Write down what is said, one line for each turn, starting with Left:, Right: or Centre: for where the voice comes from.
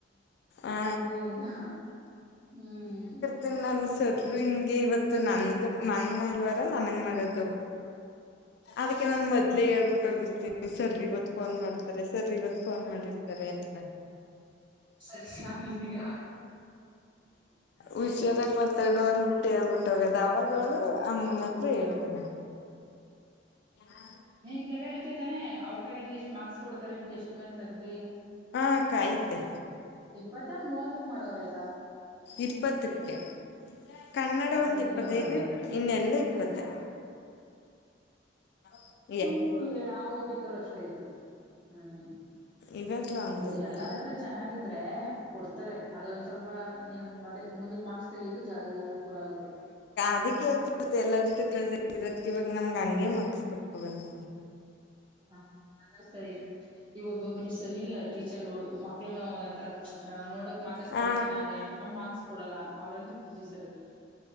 Right: <unintelligible>
Left: ಆ
Right: ಹ್ಮ್
Left: ತಿನ್ನು ಅನ್ಸ್ ಸರ್ರು ಹಿಂಗೆ ಇವತ್ತು ನಂದು ಮಂಗ್ಮಂಗ್ಳವಾರಳ ನನಗ್ ಮಾಡೋದು. ಅದಕ್ಕೆ ನಾನ್ ಮೊದ್ಲೇ ಹೇಳ್ಬಿಟ್ಟೋಗಿರ್ತೀನಿ. ಸರ್ ಇವತ್ ಫೋನ್ ಮಾಡ್ತಾರೆ ಸರ್ ಇವತ್ ಫೋನ್ ಮಾಡಿರ್ತಾರೆ ಅಂತ.
Right: ಸರಿ ಸಾಗಿದೀಯಾ
Left: ಹುಷಾರಾಗ ಮಾತಾಡು ಅಂದ್ಬಿಟ್ಟು ಹಳ್ಬಿಟ್ಟು ಟೋಗದ್ ಅವಾಗವ್ಳು ಅಮ್ಮನ್ ಹತ್ರ ಹೇಳ್ತಾಳೆ. ಹ
Right: ನಿಮ್ಗೆಲ್ಲ ಇರ್ತೆತಾನೆ ಅವ್ರ ಕಡೆಯಿಂದ ಇಷ್ಟ್ ಮಾರ್ಕ್ಸ್ ಕೊಡ್ತಾರೆ ಟೆಸ್ಟ್ ಮೇಲ್ ತಗಬಿ
Left: ಹ ಅಕ ಐತೆ.
Right: ಇಪ್ಪತ್ತ ಮೂವತ್ತಕ್ ಮಾಡೋರ ಈಗ
Left: ಇಪ್ಪತ್ತಕ್ಕೆ ಕನ್ನಡ
Right: ಇಪ್ಪತ್ತಕ್ಕೆ
Left: ಒಂದು ಇಪ್ಪತ್ತೈದು
Right: ಮಾಡೋರ
Left: ಇನ್ನೆಲ್ಲ ಇಪ್ಪತ್ತೆ. ಹದು
Right: ಹ್ಮ ಅದೇ ನಾವ್ ಓದ್ಬೇಕಾದ್ರು ಅಷ್ಟೇ ಇಯ್ತು. ಹ್ಮ್
Left: ಇವಾಗ್ಲೂ ಹಂಗೆ
Right: ಅದೆ
Left: ಐತೆ
Right: ಎಲ್ಲಾರತ್ರ ಚೆನ್ನಾಗಿದ್ರೆ ಕೊಡ್ತಾರೆ ಅದೊಂದ್ ಸ್ವಲ್ಪ ನೀವ್ ಮದೆ ಮುಂದ ಮಾರ್ಕ್ಸ್ ತೆಗಿಯಬೇಕು ಜಾ ಅನುಕೂಲ ಆಗುತ್ತೆ
Left: ಅದಿಕ್ಕೆೇ ಎಲ್ಲರ ಜೊತೆ ಕ್ಲೋಸ್ ಆಗಿರೋದಕ್ ಇವ ನಮ್ ಹಂಂಗಗೆ ಮಕ್ಸ್ ಕೊಟ್ಕೊ ಬಂದ್ರೀ
Right: ಹಾ ಅದ ಸರಿ ನೀವು ಒಬ್ಬೊಬ್ಬರು ಸರಿ ಇಲ್ಲ ಟೀಚರ್ಗಳು ಮಕ್ಳು ಒ ನಂತರ ನೋಡೋಕ್ ಮಾತಾಿಸಸ್ತಾರೆ
Left: ಹಾ
Right: ಚೆನ್ನಾಗೆ ಆ ಮಾರ್ಕ್ಸ್ ಕೊಡಲ್ಲ ಅವ್ರಂದು ಬಿಜ ಸರ್ಲ್ಲ